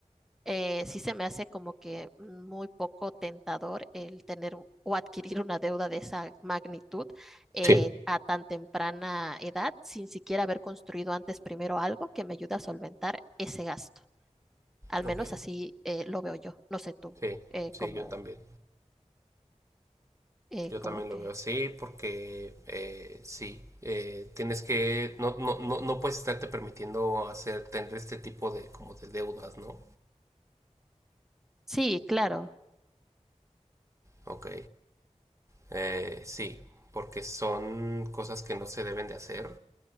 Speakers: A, in the centre; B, on the right.
A: eh, sí se me hace como que muy poco tentador el tener u- o adquirir una deuda de esa magnitud eh,
B: Sí.
A: a tan temprana edad, sin siquiera haber construido antes primero algo que me ayude a solventar ese gasto. Al
B: Ok.
A: menos así eh, lo veo yo. No sé tú,
B: Sí,
A: eh,
B: sí,
A: como,
B: yo también.
A: eh,
B: Yo
A: como
B: también
A: que.
B: lo veo así porque eh, sí, eh, tienes que, no, no, no, no puedes estarte permitiendo hacer, tener este tipo de, como de deudas, ¿no?
A: Sí, claro.
B: Ok. Eh, sí, porque son cosas que no se deben de hacer